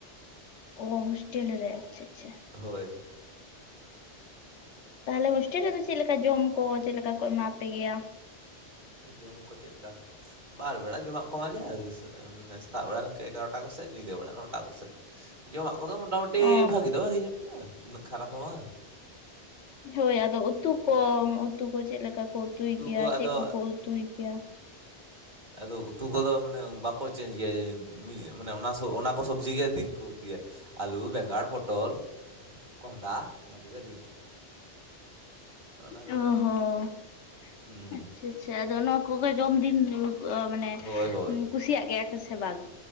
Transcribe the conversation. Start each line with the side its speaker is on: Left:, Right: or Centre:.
Left: ᱚ ᱦᱥᱴᱮᱞ ᱨᱮ ᱟᱪᱪᱷᱟ ᱟᱪᱪᱷᱟ᱾
Right: ᱦᱳᱭ
Left: ᱛᱟᱦᱚᱞᱮ ᱦᱳᱥᱴᱮᱞ ᱨᱮᱫᱚ ᱪᱮᱫ ᱞᱮᱠᱟ ᱡᱚᱢ ᱠᱚ ᱪᱮᱫ ᱞᱮᱠᱟ ᱠᱚ ᱮᱢᱟ ᱯᱮ ᱜᱮᱭᱟ?
Right: ᱡᱚᱢ ᱠᱚ ᱪᱮ ᱞᱮᱠᱟ ᱵᱟᱨ ᱵᱮᱲᱟ ᱡᱚᱢᱟᱜ ᱠᱚ ᱮᱢᱟ ᱞᱮᱭᱟ ᱥᱮᱛᱟᱜ ᱵᱮᱲᱟ ᱱᱤᱝᱠᱟᱹ ᱮᱜᱟᱨᱳᱚᱴᱟ ᱠᱚᱥᱮᱫ ᱧᱤᱫᱟᱹ ᱵᱮᱲᱟ ᱱᱚᱴᱟ ᱠᱚᱥᱮᱜ᱾ ᱡᱚᱢᱟᱜ ᱠᱚᱫᱚ ᱢᱚᱴᱟᱢᱩᱴᱤ
Left: ᱚ
Right: ᱵᱷᱟᱜᱤ ᱫᱚ ᱵᱷᱟᱜᱮ ᱧᱚᱜ ᱜᱮᱭᱟ ᱩᱱᱟᱹᱜ ᱠᱷᱟᱨᱟᱯ ᱦᱚᱸ ᱵᱟᱝ ᱾
Left: ᱦᱳᱭ ᱟᱫᱚ ᱩᱛᱩ ᱠᱚ ᱩᱛᱩ ᱠᱚ ᱪᱮ ᱞᱮᱠᱟ ᱠᱚ ᱩᱛᱩᱭ
Right: ᱩᱛᱩ
Left: ᱜᱮᱭᱟ
Right: ᱠᱚ ᱟᱫᱚ
Left: ᱪᱮᱜ ᱠᱚᱠᱚ ᱩᱛᱩᱭ ᱜᱮᱭᱟ?
Right: ᱟᱫᱚ ᱩᱛᱩ ᱠᱚᱫᱚ ᱢᱟᱱᱮ ᱵᱟᱠᱚ ᱪᱮᱧᱡᱽ ᱜᱮᱭᱟ ᱡᱤ ᱢᱟᱱᱮ ᱚᱱᱟ ᱥᱚ ᱚᱱᱟ ᱠᱚ ᱥᱚᱵᱡᱤ ᱜᱮ ᱫᱤᱱ ᱠᱚ ᱩᱛᱩᱩᱭᱟ ᱟᱞᱩ ᱵᱮᱸᱜᱟᱲ ᱯᱚᱴᱚᱞ ᱠᱚᱦᱸᱰᱟ ᱚᱱᱟ ᱠᱚᱜᱮ ᱫᱤᱱ ᱚᱱᱟ ᱠᱚ
Left: ᱚ
Right: ᱠᱟᱹᱴᱤᱡ
Left: ᱦᱚᱸ
Right: ᱦᱩᱸ
Left: ᱟᱪᱪᱷᱟ ᱟᱪᱪᱷᱟ ᱟᱫᱚ ᱱᱚᱣᱟ ᱠᱚᱜᱮ ᱡᱚᱢ ᱫᱤᱱ ᱢᱟᱱᱮ
Right: ᱦᱳᱭ ᱦᱳᱭ᱾
Left: ᱠᱩᱥᱤᱭᱟᱜ ᱜᱮᱭᱟ ᱯᱮᱥᱮ ᱵᱟᱝ?